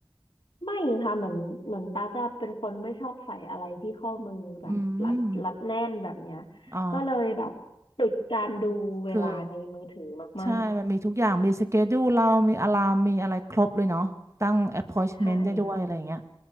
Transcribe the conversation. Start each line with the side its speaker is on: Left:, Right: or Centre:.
Left: ไม่ค่ะเหมือนเหมือนตักอะเป็นคนไม่ชอบใส่อะไรที่ข้อมือแบบรัดรัดแน่นแบบเนี้ย
Right: อืมอ๋อ
Left: ก็เลยแบบติดการดูเวลาในมือถือมาก
Right: คือใช่มันมีทุกอย่างมีสเกดูเรามีอะลามมีอะไรครบเลยเนาะตั้ง appointment
Left: ๆใช่ค่ะ
Right: ได้ด้วยอะไรอย่างเงี้ย